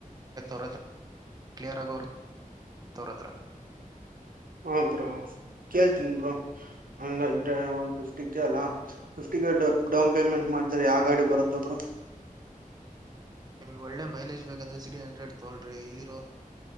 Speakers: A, on the right (about 25°); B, on the right (about 75°).
A: ಅವರ ಕ್ಲಿಯರ್ ಆಗಿ ಅವರು ತೋರ ಹತ್ರ
B: ಹ ಬ್ರೋ ಕೇಳ್ತೀನ್ಿ ಬ್ರೋ ಹಂಗ ಇದ್ರೆ ಒನ್ ಫಿಫ್ಟಿ ಕಲ ಫಿಫ್ಟಿಗೆಡ ಡೌನ್ ಪೇಮೆಂಟ್ ಮಾಡಿದ್ರ ಯಾವ ಗಾಡಿ ಬರುತ್ತ ಬ್ರೋ
A: ನಿಮಗೆ ಒಳ್ಳೆ ಮೈಲೇಜ್ ಬೇಕಂದ್ರೆ ಅಂದರೆ ಸಿಡಿ ಹಂಡ್ರೆಡ್ ತೋಡ್ರಿ hero